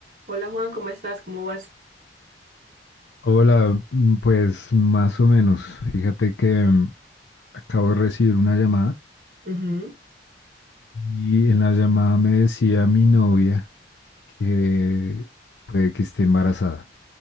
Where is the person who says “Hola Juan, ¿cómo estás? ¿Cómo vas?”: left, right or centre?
Right